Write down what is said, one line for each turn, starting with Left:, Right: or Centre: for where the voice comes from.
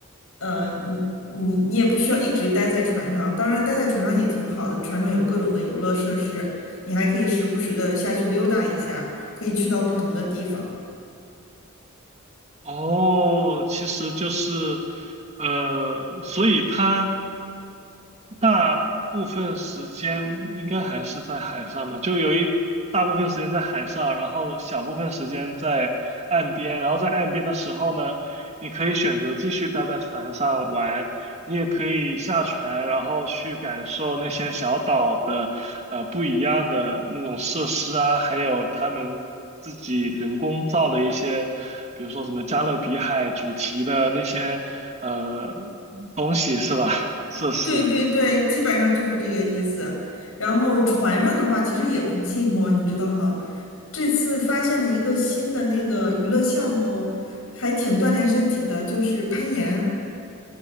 Left: 呃，你你你也不需要一直待在船上，当然待在船上也挺好的，船上有各种的游乐设施，你还可以时不时的下去溜达一下，可以去到不同的地方。
Right: 哦，其实就是，呃，所以他。大部分时间应该还是在海上吧，就有一大部分时间在海上，然后小部分时间在岸边，然后在岸边的时候呢，你可以选择继续待在船上玩，你也可以下船，然后去感受那些小岛的呃不一样的那种设施啊，还有他们自己人工造的一些，比如说什么加勒比海主题的那些呃东西是吧？设施。
Left: 对对对，基本上就是这个意思。然后船上的话，其实也不寂寞，你知道吗？这次发现了一个新的那个娱乐项目，还挺锻炼身体的，就是攀岩。